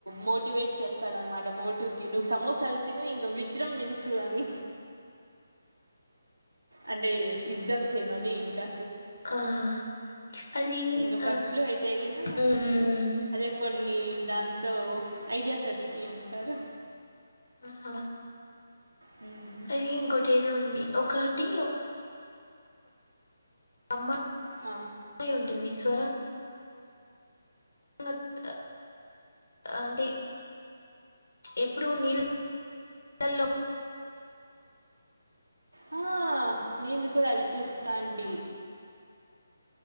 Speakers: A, on the right; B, on the left.
A: మోటివేట్ చేస్తాడన్నమాట మోటుకి నువ్వు సమోసాలు తిను ఇంగా విజృంభించు అని. అంటే యుద్ధం చేయమని ఇంకా.
B: ఆహా అది
A: ఇంక పట్లు
B: ఆ
A: అయితే గిన
B: హ్మ్
A: అదే కొన్ని దాంతో ఐడియాస్ అచ్చి అంటారు.
B: ఆహా!
A: హ్మ్.
B: అది ఇంకోటేదో ఉం ది ఒకటి ఒ అమ్మాయి
A: ఆ!
B: ఉంటుంది <inaudible> <unintelligible> ఇంగ త అంటే ఎప్పుడూ నీల్ ళ్ళల్లో
A: హా నేను కూడ అది చూస్తా అంటీ.